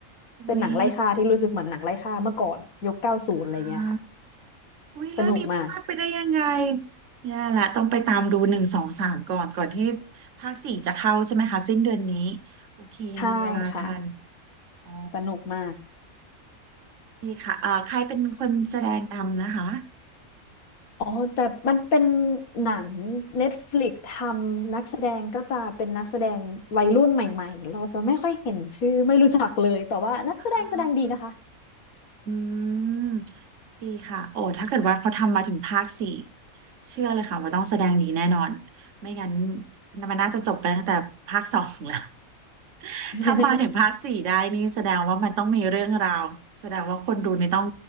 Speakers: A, on the right (about 65°); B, on the left (about 80°).
A: อุ๊ย
B: เป็นหนังไล่ฆ่าที่รู้สึกเหมือนหนังไล่ฆ่าเมื่อก่อนยุคเก้าศูนย์อะไรเงี้ยค่ะ
A: อ่าอุ๊ยเรื่องนี้พลาดไปได้ยังไง
B: สนุกมาก
A: แย่ละต้องไปตามดูหนึ่งสองสามก่อนก่อนที่ภาคสี่จะเข้าใช่ไหมคะสิ้นเดือนนี้โอเคยังมีเวลาทัน
B: ใช่ค่ะ
A: อ๋อ
B: สนุกมาก
A: ดีค่ะเอ่อใครเป็นคนแสดงนำนะคะ
B: อ๋อแต่มันเป็นหนัง Netflix ทำนักแสดงก็จะเป็นนักแสดงวัยรุ่นใหม่ๆเราจะไม่ค่อยเห็นชื่อไม่รู้จักเลยแต่ว่านักแสดงแสดงดีนะคะ
A: อ่า อืมดีค่ะโอ้ถ้าเกิดว่าเขาทำมาถึงภาคสี่เชื่อเลยค่ะว่าต้องแสดงดีแน่นอนไม่งั้นมันน่าจะจบไปตั้งแต่ภาคสองแล้ว <laughs>
B: <laughs>
A: ถ้ามาถึงภาคสี่ได้นี่แสดงว่ามันต้องมีเรื่องราวแสดงว่าคนดูนี่ต้อง